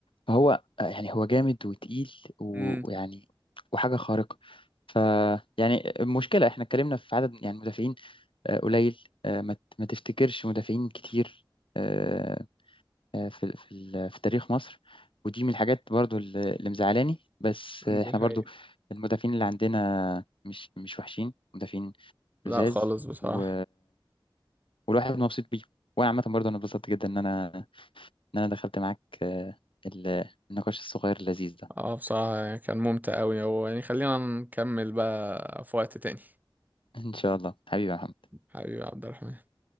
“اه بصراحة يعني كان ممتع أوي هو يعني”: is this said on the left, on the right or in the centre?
Right